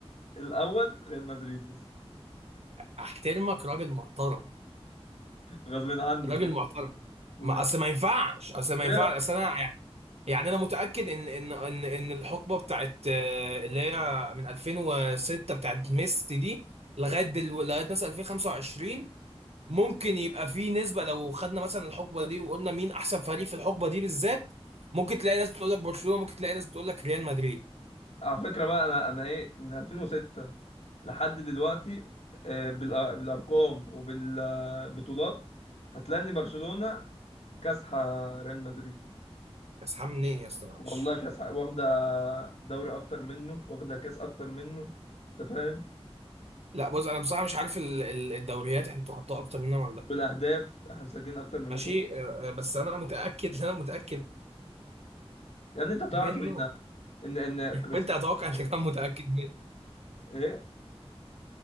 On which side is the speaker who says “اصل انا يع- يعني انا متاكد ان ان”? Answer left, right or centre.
Right